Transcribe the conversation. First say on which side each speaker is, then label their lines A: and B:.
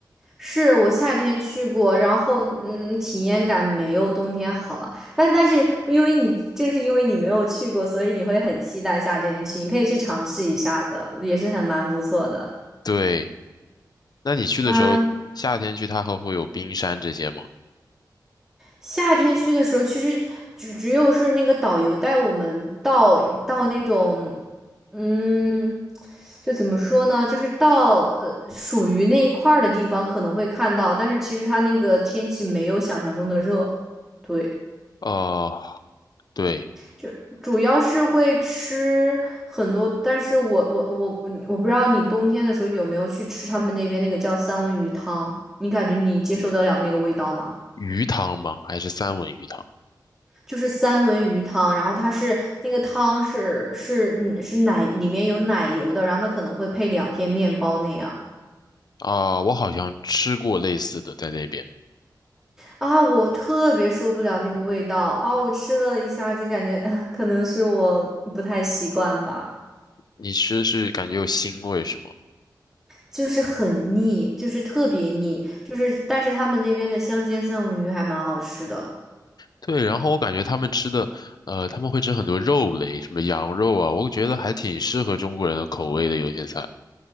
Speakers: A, in the centre; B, on the left.
A: 是我夏天去过，然后嗯，体验感没有冬天好了。但但是不因为你正是因为你没有去过，所以你会很期待夏天去，你可以去尝试一下的，也是很蛮不错的。
B: 对。那你去的时候，
A: 啊，
B: 夏天去它还会有冰山这些吗？
A: 夏天去的时候，其实只只有是那个导游带我们到到那种，嗯，就怎么说呢，就是到呃属于那一块儿的地方可能会看到，但是其实它那个天气没有想象中的热，对。
B: 哦，对，
A: 就是主要是会吃很多，但是我我我我我不知道你冬天的时候有没有去吃他们那边那个叫三文鱼汤，你感觉你接受得了那个味道吗？
B: 鱼汤吗？还是三文鱼汤？
A: 就是三文鱼汤，然后它是那个汤是是嗯是奶里面有奶油的，然后它可能会配两片面包那样
B: 啊、我好像吃过类似的在那边。
A: 啊，我特别受不了那个味道啊，我吃了一下就感觉，<laughs> 啊，可能是我不太习惯吧，
B: 你吃是感觉有腥味是吗？
A: 就是很腻，就是特别腻，就是但是他们那边的香煎三文鱼还蛮好吃的。
B: 对，然后我感觉他们吃的，呃，他们会吃很多肉类，什么羊肉啊，我觉得还挺适合中国人的口味的有些菜。